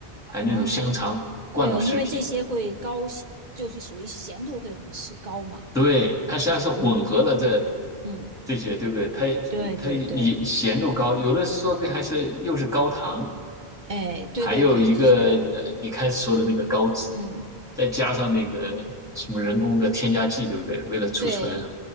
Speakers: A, in the centre; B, on the right.
A: 还有那种香肠、
B: 哦，
A: 罐头食品。
B: 呃，因为这些会高就是属于咸度会很是高嘛。
A: 对，它实际上是混合了这
B: 嗯嗯，
A: 这些，对不对？它
B: 对对对，
A: 它也咸度高，有的说不定还是又是高糖，
B: 哎，对对对，
A: 还有一个呃，
B: 是的，
A: 你开始说的那个高脂，
B: 嗯，
A: 再加上那个什么人工的添加剂，对不对？为了储存，
B: 对